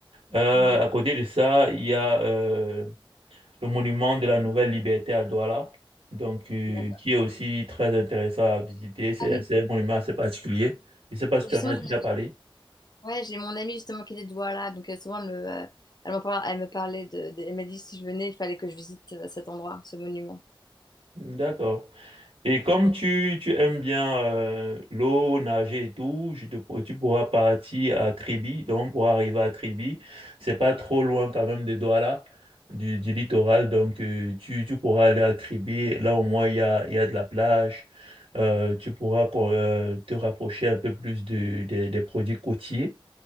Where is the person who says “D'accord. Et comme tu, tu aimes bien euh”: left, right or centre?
Right